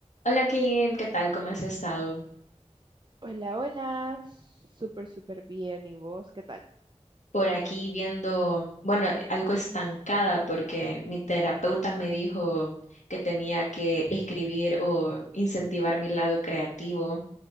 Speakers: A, on the left (about 90°); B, on the right (about 40°).
A: Hola Kim, ¿qué tal? ¿Cómo has estado?
B: Hola, hola. Súper, súper bien. ¿Y vos qué tal?
A: Por aquí viendo, bueno, algo estancada porque mi terapeuta me dijo que tenía que escribir o incentivar mi lado creativo